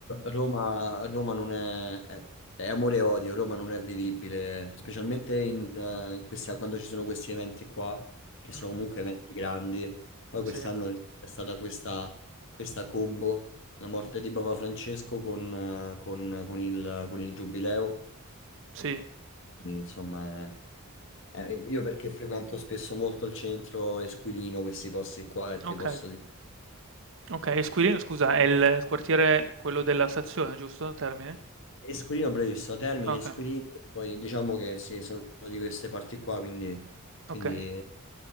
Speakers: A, on the left; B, on the right.
A: Roma, Roma non è, è- è amore e odio, Roma non è vivibile, specialmente in, eh, in questa- quando ci sono questi eventi qua, che sono
B: Mh-mh,
A: comunque eventi grandi. Poi quest'anno
B: sì.
A: è stata questa, questa combo, la morte di Papa Francesco con, eh, con- con il, con il Giubileo.
B: Sì,
A: Quindi, Insomma, è- è- io perché frequento spesso molto il centro Esquilino, questi posti qua, e ti
B: okay,
A: posso dire.
B: okay. E Squirino scusa è il il quartiere quello della stazione, giusto? Termini?
A: Esquilino, bravissimo, Termini,
B: Okay,
A: Esquilino, poi diciamo che sì, sono di queste parti qua, quindi, quindi
B: okay.